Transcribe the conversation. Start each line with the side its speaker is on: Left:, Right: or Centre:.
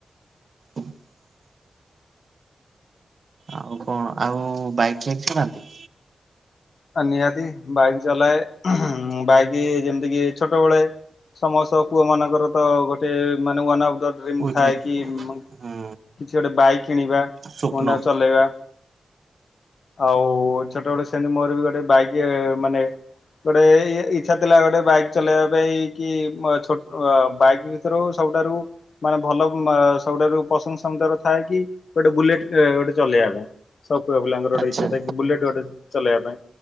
Right: <inaudible> ଆଉ କଣ ଆଉ ବାଇକ୍ ଫାଇକ୍ ଚଲାନ୍ତି?
Left: ଆ ନିହାତିି ବାଇକ ଚଲାଏ। ହୁଁ ହୁଁ ବାଇକ ଯେମିତି କିି ଛୋଟବେଳେ। ସମସ୍ତ ପୁଅ ମାନଙ୍କର ତ ଗୋଟେ ମାନେ ୱାନ ଅଫ ଦା ଡ୍ରିମ
Right: ୱିଟନେ
Left: ଥାଏ କି- କିଛି
Right: ହୁଁ
Left: ଗୋଟେ ବାଇକ୍ କିଣିବା
Right: ସ୍ୱପ୍ନ
Left: ପୁଣି ତା ଚଲେଇବା। ଆଉ ଛୋଟବେଟ ସେନ ମୋର ବି ଗୋଟେ ବାଇକ୍ ମାନେ। ଗୋଟେ ଇଛା ଥିଲା ଗୋଟେ ବାଇକ୍ ଚଲେଇବା ପାଇଁ କି ଛୋ ବାଇକ୍ ଭିତରୁ ଛୋ - ସବୁଠାରୁ ମାନେ ଭଲ ସବୁଠାରୁ ପ୍ରସନ୍ଦ ଥାଏ କି ଗୋଟେ ବୁଲେଟ। ଗୋଟେ ଚଲେଇବା ପାଇଁ ସବୁ ପୁଅ ପିଲାଙ୍କ ଗୋଟେ
Right: ଆଚ୍ଛା
Left: ଇଛା ଥାଏ ବୁଲେଟ ଗୋଟେ ଚଲେଇବା ପାଇଁ।